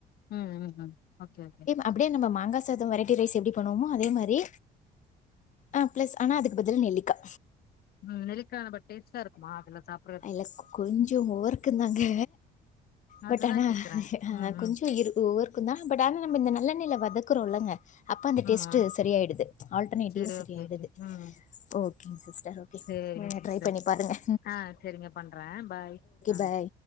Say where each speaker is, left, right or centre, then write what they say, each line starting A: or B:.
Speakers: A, on the left (about 65°); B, on the left (about 45°).
A: ம் ம் ம் ஓகே ஓகே
B: அப்டியே நம்ப மாங்கா சாதோ வெரைட்டி ரைஸ் எப்டி பண்ணுவோமோ அதே மாரி ஆ ப்ளஸ் ஆனா அதுக்கு பதில் நெல்லிக்கா
A: ம் நெல்லிக்கா பட் டேஸ்டா இருக்குமா அதுல சாப்
B: இல கொஞ்சோ உவர்க்கு தாங்க பட்
A: அதுதா
B: ஆனா
A: கேக்குறே
B: ஆ
A: ம்
B: கொஞ்சோ
A: ம்
B: இரு உவர் கு தா பட் ஆனா நம்ம இந்த நல்லெண்ணெய்ல வதக்குறோள்ளங்க அப்ப அந்த டெஸ்ட்டு
A: ஆமா
B: சரியாயிடுது ஆல்டர்னேட்டிவ்
A: செரி
B: சரிய
A: ஓகே
B: ஆயிடுது
A: ஓகே ம்
B: ஓகேங் சிஸ்டர் ஓகே
A: சேரிங்க
B: சிஸ் நீங்க
A: சிஸ்டர்
B: ட்ரை பண்ணி பாருங்க
A: ஆ செரிங்க பண்றே பாய் ஆ
B: பாய்